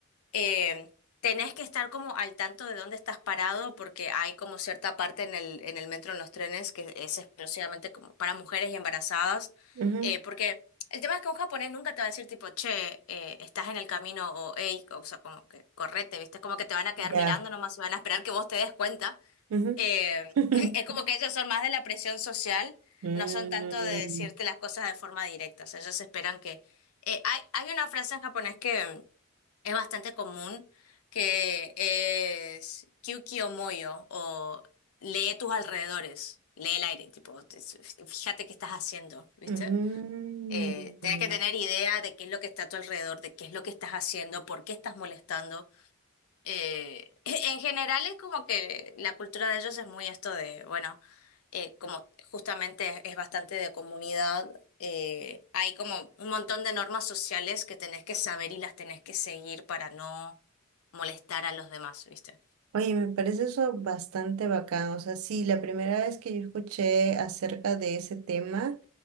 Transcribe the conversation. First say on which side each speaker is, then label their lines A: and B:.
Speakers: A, on the left (about 75°); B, on the right (about 70°).
A: eh, tenés que estar como al tanto de dónde estás parado porque hay como cierta parte en el, en el metro, en los trenes, que es exclusivamente como para mujeres y embarazadas,
B: ujú.
A: eh, porque el tema es que un japonés nunca te va a decir tipo, che, eh, estás en el camino o hey, o sea, como que correte, ¿viste? Es como que te van a quedar
B: Ya.
A: mirando nomás y van a esperar que vos te des cuenta.
B: Ujú.
A: Eh,
B: <laughs>
A: <laughs> es como que ellos son más de la presión social,
B: Mm,
A: no son tanto de decirte las cosas de forma directa, o sea, ellos esperan que... eh, hay, hay una frase en japonés que es bastante común que es moyo o lee tus alrededores, lee el aire, tipo, te- fíjate qué estás haciendo, ¿viste?
B: mm.
A: Eh, tienes que tener idea de qué es lo que está a tu alrededor, de qué es lo que estás haciendo, por qué estás molestando. Eh, <laughs> en general es como que la cultura de ellos es muy esto de, bueno, eh, como justamente es, bastante de comunidad, eh, hay como un montón de normas sociales que tenés que saber y las tenés que seguir para no molestar a los demás, ¿viste?
B: Oye, me parece eso bastante bacán. O sea, sí, la primera vez que yo escuché acerca de ese tema,